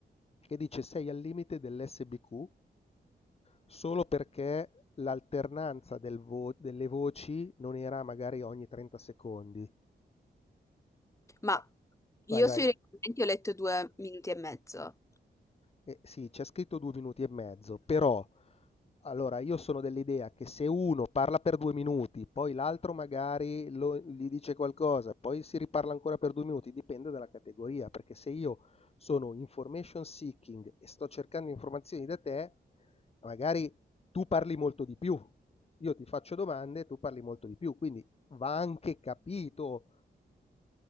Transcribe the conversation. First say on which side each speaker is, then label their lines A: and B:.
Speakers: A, on the left; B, on the left.
A: che dice: "Sei al limite dell'SBQ solo perché l'alternanza del vo delle voci non era magari ogni 30 secondi".
B: Ma
A: Ah,
B: io
A: vai, vai.
B: sui regolamenti ho letto due minuti e mezzo.
A: Eh, sì, c'è scritto due minuti e mezzo, però allora io sono dell'idea che se uno parla per due minuti, poi l'altro magari lo- gli dice qualcosa, poi si riparla ancora per due minuti, dipende dalla categoria, perché se io sono information seeking e sto cercando informazioni da te, magari tu parli molto di più. Io ti faccio domande, tu parli molto di più, quindi va anche capito.